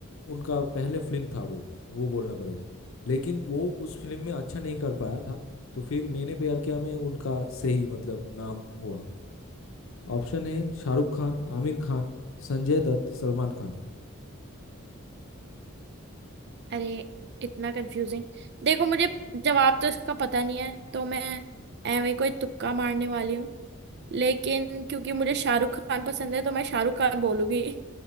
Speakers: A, on the left; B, on the right.
A: उनका पहले फिल्म था वो वो बोलना पड़ेगा लेकिन वो उस फिल्म में अच्छा नहीं कर पाया था तो फिर मैंने प्यार किया में उनका सही मतलब नाम हुआ ऑप्शन है शाहरुख खान आमिर खान संजय दत्त सलमान खान
B: अरे इतना कंफ्यूजिंग देखो मुझे जवाब तो इसका पता नहीं है तो मैं एवे कोई तुक्का मारने वाली हूँ लेकिन क्योंकि मुझे शाहरुख खान पसंद है तो मैं शाहरुख खान बोलूंगी